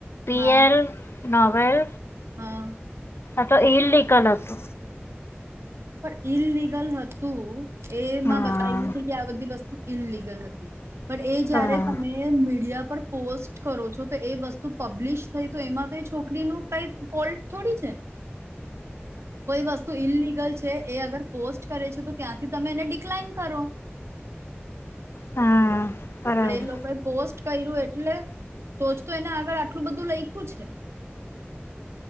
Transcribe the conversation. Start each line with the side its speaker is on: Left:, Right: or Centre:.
Left: પીએલ.
Right: હા
Left: નોવેલ.
Right: હા.
Left: આ તો ઇનલીગલ ના તો.
Right: પણ ઈલિગલ હતું. એમાં
Left: હા
Right: બતાવ્યું છે કે આ બધી વસ્તુ. ઇલિગલ હતી. પણ એ જયારે
Left: હા
Right: તમે મીડિયા પર. પોસ્ટ કરો છો તો એ વસ્તુ પબ્લિશ થઈ તો એમાં તો છોકરીનું કઈ ફોલ્ટ થોડી છે. કોઈ વસ્તુ ઇલીગલ એ અગર પોસ્ટ કરે છે, તો ત્યાંથી તમે એને ડિકલાઈન કરો.
Left: હા બરાબર
Right: પણ એ લોકોએ પોસ્ટ કર્યું એટલે તો તો એને આગળ આટલું બધું લઈખ્યું છે.